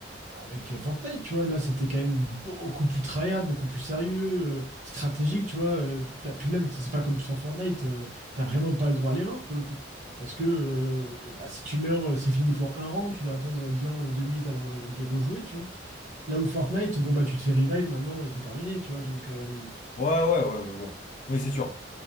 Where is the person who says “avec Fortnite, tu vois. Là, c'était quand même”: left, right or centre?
Right